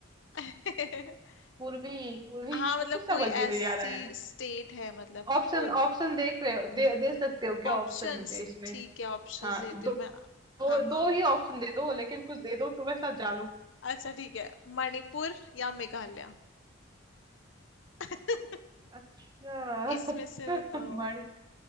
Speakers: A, on the left (about 65°); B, on the right (about 20°).
A: है <laughs>
B: पूर्वी पूर्वी
A: हाँ मतलब
B: मतलब समझ
A: कोई
B: भी
A: ऐसी
B: नहीं आ रहा है
A: स्टेट है मतलब
B: ऑप्शन
A: पूर्व
B: ऑप्शन देख रहे हो दे, दे सकते हो
A: ऑप्शंस
B: क्या ऑप्शन मुझे इसमें
A: ठीक है ऑप्शंस
B: हाँ
A: देती
B: दो
A: हूँ मैं
B: दो,
A: हाँ
B: दो
A: हाँ
B: ही ऑप्शन दे दो लेकिन कुछ दे दो तो मैं सब जान लूं
A: अच्छा ठीक है मणिपुर या मेघालय <laughs>
B: अच्छा
A: इसमें
B: <laughs>
A: से बताओ
B: मणि